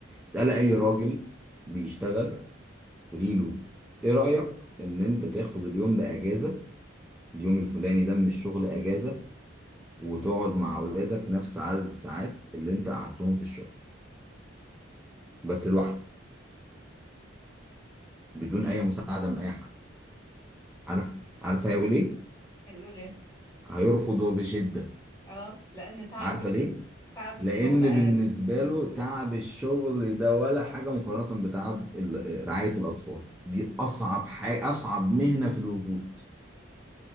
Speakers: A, in the centre; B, on the left.
A: اسالي اي راجل بيشتغل قولي له ايه رأيك ان انت تاخد اليوم ده اجازة اليوم الفلاني ده من الشغل اجازة وتقعد مع اولادك نفس عدد الساعات اللي انت قعدتهم في الشغل بس لوحدك بدون
B: اوكي.
A: اي مساعدة من اي حد عارف عارف هيقول ايه
B: هيقول ايه
A: هيرفض وبشدة
B: اه لان تعب
A: عارفة
B: ال-
A: ليه؟
B: تعب
A: لأن
B: الشغل اقل
A: بالنسبة له تعب الشغل ده ولا حاجة مقارنة بتعب ال- رعاية الأطفال دي أصعب حاجة أصعب مهنة في الوجود